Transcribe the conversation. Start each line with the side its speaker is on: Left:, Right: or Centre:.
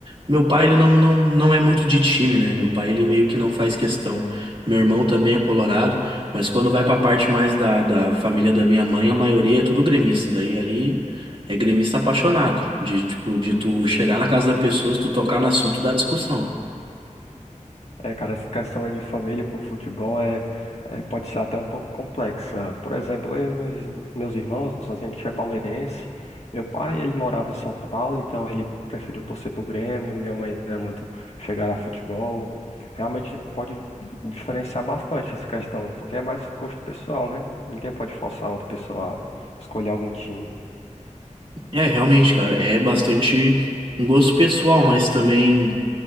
Right: Meu pai ele não, não, não é muito de time, né? Meu pai ele meio que não faz questão. Meu irmão também é colorado, mas quando vai pra parte mais da, da família da minha mãe, a maioria é tudo gremista. Daí ali é gremista apaixonado, de tipo de
Left: Hum.
Right: tu chegar na casa da pessoa, se tu tocar no assunto da discussão.
Left: É, cara, essa questão aí de família com futebol é, é- pode ser até um pouco complexa. Por exemplo, eu e meus, meus irmãos, a gente é palmeirense. Meu pai, ele morava em São Paulo, então ele preferiu torcer pro Grêmio. Minha mãe não é muito chegada a futebol. Realmente pode diferenciar bastante essa questão, porque é mais gosto pessoal, né? Ninguém pode forçar outra pessoa a escolher algum time.
Right: É, realmente, cara, é bastante um gosto pessoal, mas também